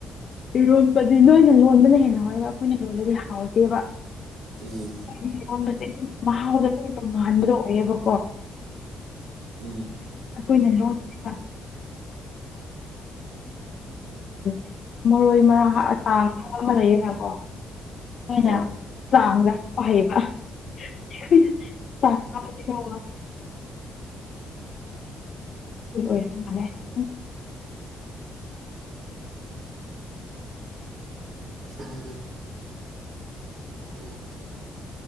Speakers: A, on the left; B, on the right.
A: ꯏꯔꯣꯟꯕꯗꯤ ꯅꯣꯏꯅ ꯂꯣꯟꯕꯅ ꯍꯦꯟꯅ ꯍꯥꯎꯋꯦꯕ ꯑꯩꯈꯣꯏꯅ ꯂꯣꯜꯂꯗꯤ ꯍꯥꯎꯇꯦꯕ
B: ꯎꯝ
A: <unintelligible> ꯏꯔꯣꯟꯕꯁꯦ ꯃꯍꯥꯎꯗ ꯇꯣꯡꯉꯥꯟꯕꯗꯣ ꯑꯣꯏꯌꯦꯕꯀꯣ
B: ꯎꯝ
A: ꯑꯩꯈꯣꯏꯅ ꯂꯣꯟꯕꯁꯤ <unintelligible> ꯃꯔꯣꯏ ꯃꯔꯥꯡ <unintelligible> ꯂꯩꯌꯦꯅꯀꯣ <unintelligible>
B: ꯍꯣꯏ
A: ꯆꯥꯡꯗ ꯍꯥꯞꯕ ꯍꯩꯕ ꯑꯩꯈꯣꯏꯅ ꯆꯥꯡ ꯍꯥꯞꯄꯕꯁꯤ <unintelligible> <unintelligible>
B: ꯎꯝ ꯎꯝ